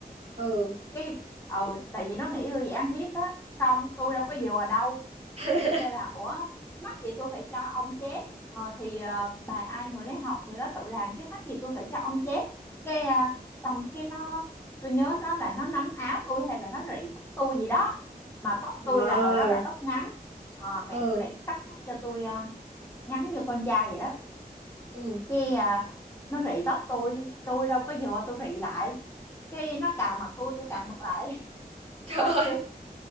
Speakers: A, on the right; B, on the left.
A: ừ
B: cái ừ tại vì nó nghĩ tôi dễ ăn hiếp á không tôi đâu có vừa đâu
A: <laughs>
B: tôi kêu là ủa mắc gì tôi phải cho ông chép ờ, thì ờ, bài ai người đấy học người đó tự làm chứ mắc gì tôi phải cho ông chép cái à, xong cái nó tôi nhớ đó là nó nắm áo tôi hay là nó rị tóc tôi gì đó mà tóc
A: trời
B: tôi là hồi đó là
A: ơi,
B: tóc ngắn Ờ, mẹ
A: ừ
B: tôi để cắt tóc cho tôi ờ, ngắn như con trai vậy đó
A: ừ
B: cái à, nó rị tóc tôi tôi đâu có vừa tôi rị lại cái nó cào mặt tôi tôi cào mặt lại
A: trời
B: <laughs>
A: ơi